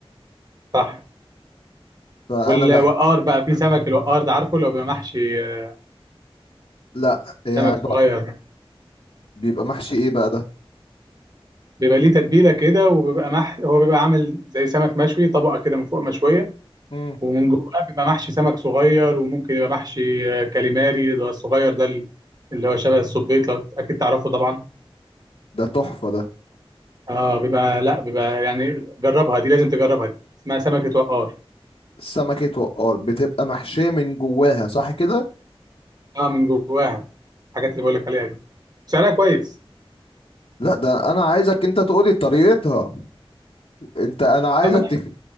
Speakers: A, on the right; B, on the left.
A: صح
B: فانا
A: والوقار
B: بحكي
A: بقى في سمك الوقار ده عارفه لو بيبقى محشي آه،
B: لا يعني
A: سمك
B: بقى
A: صغير ده
B: بيبقى محشي ايه بقى
A: بيبقى ليه تتبيله كده وبيبقى مح هو بيبقى عامل زي سمك مشوي طبقه كده من فوق مشويه
B: ده
A: ومن جواه بيبقى محشي سمك صغير وممكن يبقى محشي آه، كاليماري اللي هو الصغير ده اللي هو شبه السبيط لو اكيد تعرفه طبعا
B: ده تحفة ده
A: اه بيبقى لا بيبقى يعني جربها دي لازم تجربها دي اسمها سمكة وقار
B: سمكة وقار بتبقى محشية من جواها صح كده؟
A: اه من جواها الحاجات اللي بقول لك عليها دي سعرها كويس
B: لا ده أنا عايزك أنت تقولي طريقتها أنت أنا عايزك
A: اما انا
B: تف...